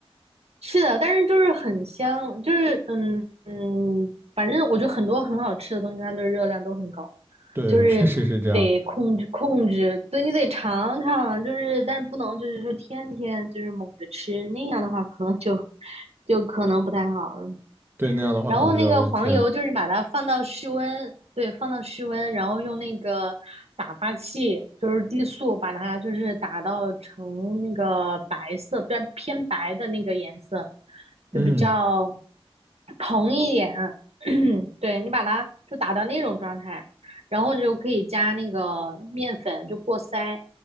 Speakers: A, on the right; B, on the right.
A: 是的，但是就是很香，就是嗯，嗯，反正我觉得很多很好吃的东西，它的热量都很高，
B: 对，
A: 就是得控制控制，
B: 确实是这样。
A: 对你得尝尝，就是但是不能就是说天天就是猛着吃，那样的话可能就就可能不太好了。
B: 对，那样的话可能就有点问题了。
A: 然后那个黄油就是把它放到室温，对，放到室温，然后用那个打发器，就是低速，把它就是打到成那个白色，比较偏白的那个颜色，就比较
B: 嗯
A: 蓬一点。<coughs> <clears throat> 对，你把它就打到那种状态，然后你就可以加那个面粉，就过筛，